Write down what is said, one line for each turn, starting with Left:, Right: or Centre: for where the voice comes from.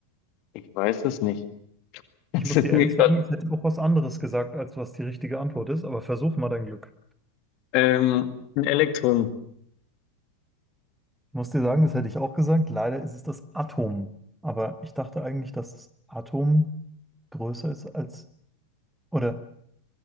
Left: ich weiß es nicht. <laughs>
Centre: Ich
Left: Es
Centre: muss
Left: ist
Centre: dir
Left: mir
Centre: ehrlich
Left: grad,
Centre: sagen, ich hätte auch was anderes gesagt, als was die richtige Antwort ist, aber versuch mal dein Glück.
Left: ähm, ein Elektron.
Centre: Ich muss dir sagen, das hätte ich auch gesagt. Leider ist es das Atom. Aber ich dachte eigentlich, dass das Atom größer ist als, oder,